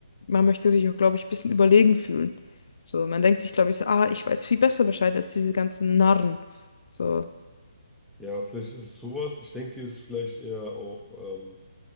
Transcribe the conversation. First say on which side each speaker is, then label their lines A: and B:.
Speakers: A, on the left (about 60°); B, in the centre.
A: man möchte sich auch, glaube ich, ein bisschen überlegen fühlen. So, man denkt sich, glaube ich, so, ah, ich weiß viel besser Bescheid als diese ganzen Narren. So.
B: Ja, vielleicht ist es sowas. Ich denke, es ist vielleicht eher auch, ähm,